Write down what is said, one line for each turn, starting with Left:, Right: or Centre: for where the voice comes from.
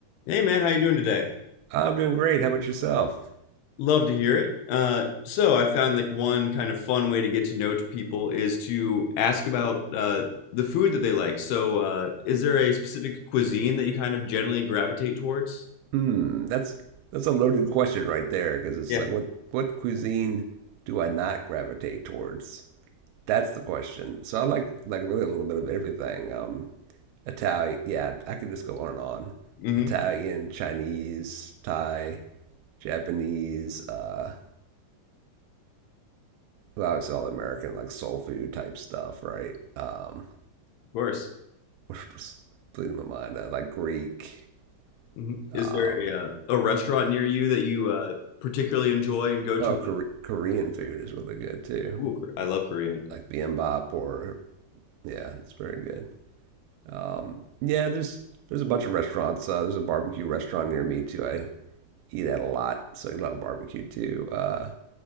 Left: Hey man, how you doing today?
Right: I'm doing great. How about yourself?
Left: Love to hear it. Uh, so I found like one kind of fun way to get to know people is to ask about uh, the food that they like. So uh, is there a specific cuisine that you kind of generally gravitate towards?
Right: Hmm, that's that's a loaded question right there because it's
Left: Yeah.
Right: like what what cuisine do I not gravitate towards? That's the question. So I like like really a little bit of everything. Um, Italian, yeah, I can just go on and on.
Left: hmm
Right: Italian, Chinese, Thai, Japanese, uh, well, obviously all the American like soul food type stuff, right? Um,
Left: Of course.
Right: <laughs> just bleeding my mind. I like Greek.
Left: hmm
Right: Um,
Left: Is there a uh, a restaurant near you that you uh, particularly enjoy and go to?
Right: oh, Kore- Korean food is really good too.
Left: Ooh, Kor- I love Korean.
Right: like Bimbop or yeah, it's very good. Um, yeah, there's there's a bunch of restaurants. Uh, there's a barbecue restaurant near me too. I eat at a lot, so I eat a lot of barbecue too. Uh,